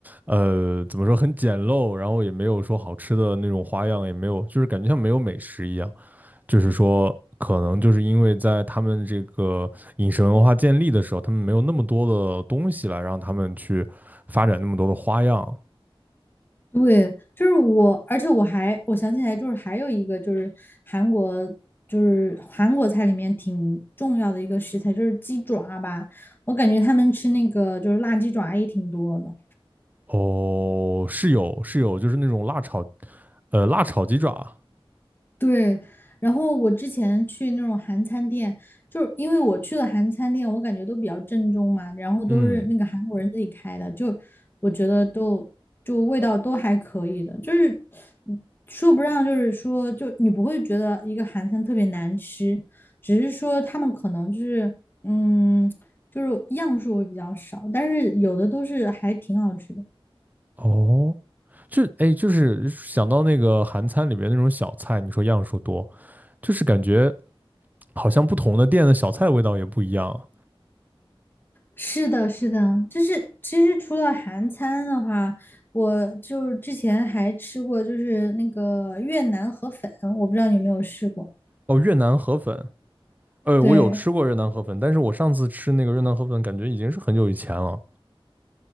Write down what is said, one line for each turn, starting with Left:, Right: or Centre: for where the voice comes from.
Right: 呃，怎么说很简陋，然后也没有说好吃的那种花样，也没有，就是感觉像没有美食一样。就是说，可能就是因为在他们这个饮食文化建立的时候，他们没有那么多的东西来让他们去发展那么多的花样。
Left: 对，就是我，而且我还我想起来，就是还有一个就是韩国，就是韩国菜里面挺重要的一个食材，就是鸡爪吧。我感觉他们吃那个就是辣鸡爪也挺多的。
Right: 哦，是有是有，就是那种辣炒，呃，辣炒鸡爪，
Left: 对，然后我之前去那种韩餐店，就是因为我去的韩餐店，我感觉都比较正宗嘛，然后都是那个韩国人自己开的，
Right: 嗯，
Left: 就我觉得都就味道都还可以的，就是嗯说不上，就是说就你不会觉得一个韩餐特别难吃，只是说他们可能就是嗯，就是样数会比较少，但是有的都是还挺好吃的。
Right: 哦。就哎，就是想到那个韩餐里边那种小菜，你说样数多，就是感觉好像不同的店的小菜味道也不一样啊。
Left: 是的，是的，就是其实除了韩餐的话，我就是之前还吃过，就是那个越南河粉，我不知道你有没有试过。
Right: 哦，越南河粉，呃，
Left: 对，
Right: 我有吃过越南河粉，但是我上次吃那个越南河粉，感觉已经是很久以前了。